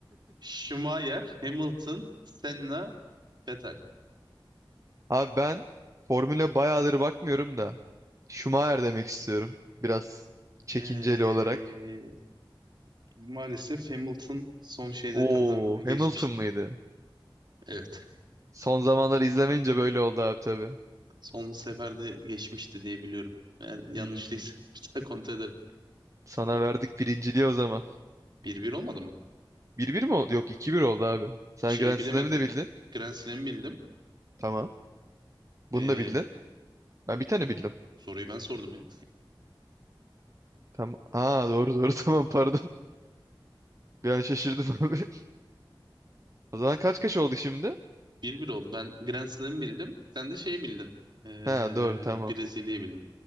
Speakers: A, on the right; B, on the right.
A: Schumacher, Hamilton, Senna, Vettel.
B: Abi ben formüle bayağıdır bakmıyorum da. Schumacher demek istiyorum. Biraz çekinceli
A: Ee,
B: olarak.
A: maalesef Hamilton son şeyde
B: Oo
A: kazan geçmişti.
B: Hamilton mıydı?
A: Evet.
B: Son zamanları izlemeyince böyle oldu abi tabii.
A: <laughs> Son seferde geçmişti diye biliyorum. Eğer yanlışlıysa
B: Hmm,
A: <laughs> bir daha kontrol ederim.
B: sana verdik birinciliği o zaman.
A: 1-1 olmadı mı?
B: Bir bir mi oldu? Yok iki bir oldu abi. Sen
A: Şeyi
B: Grand
A: bilemedim.
B: Slam'ı da bildin.
A: Grand Slam'ı bildim.
B: Tamam.
A: Ee,
B: Bunu da bildin. Ben bir
A: bu
B: tane bildim.
A: soruyu ben sordum ya.
B: Tamam. Aa doğru doğru <laughs> tamam pardon. Bir an şaşırdım abi. <laughs> O zaman kaç kaç oldu şimdi?
A: 1-1 oldu. Ben Grand Slam'ı bildim. Sen de şeyi bildin. Ee,
B: Ha doğru tamam.
A: Brezilya'yı bildin.